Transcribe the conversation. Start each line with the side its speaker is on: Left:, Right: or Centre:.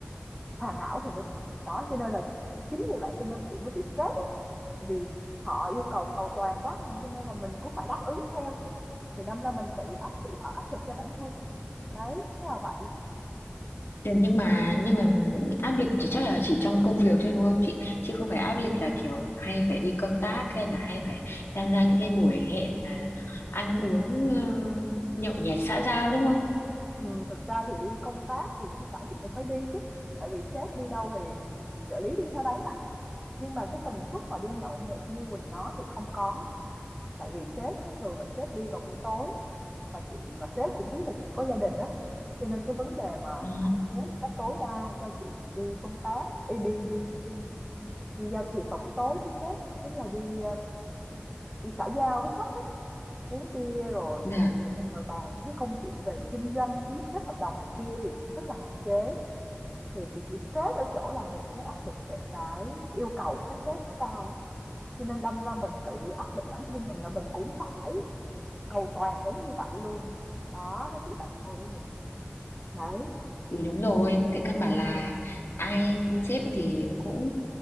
Centre: hoàn hảo thì mới được. Đó, cho nên là chính vì vậy cho nên chị mới bị stress ấy, tại vì họ yêu cầu cầu toàn quá mà, cho nên là mình cũng phải đáp ứng theo, thì đâm ra mình tự áp tự tạo áp lực cho bản thân. Đấy, tức là vậy.
Left: thế nhưng mà nhưng mà áp lực chỉ chắc là chỉ trong công việc thôi đúng không chị chứ không phải áp lực là kiểu hay phải đi công tác hay là hay phải tham gia những cái buổi hẹn à, ăn uống ờ, nhậu nhẹt xã giao đúng không
Centre: Ừm, thực ra thì đi công tác thì thi thoảng chị cũng phải đi chứ, tại vì sếp đi đâu thì trợ lý đi theo đấy mà. Nhưng mà cái tần suất mà đi nhậu nhẹt như Quỳnh nói thì không có. Tại vì sếp nó thường là sếp đi vào buổi tối và chị và sếp cũng biết là chị có gia đình á. Cho nên cái vấn đề mà
Left: à,
Centre: hạn chế một cách tối đa cho chị đi công tác, đi đi đi đi, đi giao thiệp vào buổi tối với sếp á, chính là đi um, đi xã giao với khách á, uống bia rồi
Left: dạ
Centre: nhậu nhẹt rồi bàn những cái công chuyện về kinh doanh, ký kết hợp đồng này kia thì cũng rất là hạn chế. Thì chị chỉ stress ở chỗ là về cái áp lực về cái yêu cầu các sếp nó cao á. cho nên đâm ra mình tự áp lực bản thân mình là mình cũng phải cầu toàn giống như vậy luôn đó nó chỉ vậy thôi đó Quỳnh đấy
Left: thì đúng rồi tại căn bản
Centre: Ừ.
Left: là ai sếp thì cũng